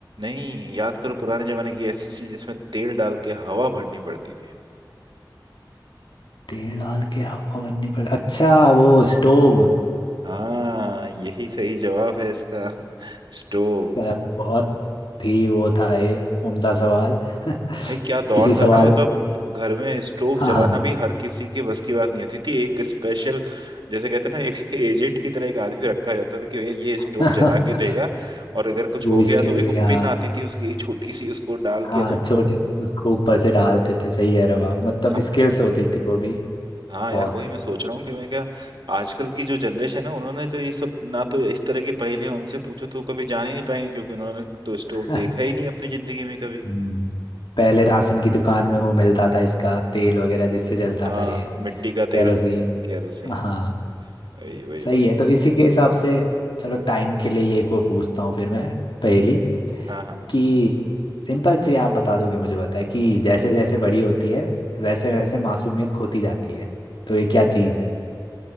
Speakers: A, on the right; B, on the left.
A: नहीं याद करो पुराने जमाने की ऐसी चीज जिसमें तेल डाल के हवा भरनी पड़ती थी
B: तेल डाल के हवा बननी पड़ अच्छा वो स्टोव
A: हाँ यही सही जवाब है इसका <laughs> स्टोव
B: अ, बहुत ही वो था ये उम्दा सवाल <laughs>
A: भाई क्या दौर
B: इसी सवाल
A: था ना मतलब घर में स्टोव
B: हाँ
A: जलाना भी हर किसी की बस की बात नहीं होती थी एक स्पेशल जैसे कहते हैं ना एक <laughs> एजेंट की तरह एक आदमी रखा जाता था कि भैया ये स्टोव
B: <laughs>
A: जला के देगा और अगर कुछ
B: वो
A: हो गया
B: स्किल
A: तो एक
B: भी
A: वो
B: हाँ
A: पिन आती थी उसकी छोटी सी उसको डाल
B: हाँ
A: के ना
B: छोटी सी उसको ऊपर से डालते थे सही कह रहे हो आप मतलब
A: अब
B: स्किल्स होती थी वो भी
A: हाँ
B: बहुत
A: यार वही मैं सोच रहा हूँ कि मैं क्या आजकल की जो जनरेशन है उन्होंने तो ये सब ना तो इस तरह की पहेलियां उनसे पूछो तो कभी जान ही नहीं पाएंगे क्योंकि उन्होंने तो स्टोव
B: <laughs>
A: देखा ही नहीं अपनी जिंदगी में कभी
B: हम्म, पहले राशन की दुकान में वो मिलता था इसका तेल वगैरह जिससे जलता
A: हाँ
B: था ये
A: मिट्टी का
B: केरोसिन
A: तेल केरोसिन
B: हाँ
A: वही वही
B: सही
A: वही
B: है तो इसी के हिसाब से चलो टाइम के लिए ये एक वो पूछता हूँ फिर मैं पहेली
A: हाँ हाँ
B: कि सिंपल सी आप बता दोगे मुझे बताए कि जैसे जैसे बड़ी होती है वैसे वैसे मासूमियत खोती जाती है तो ये क्या चीज़ है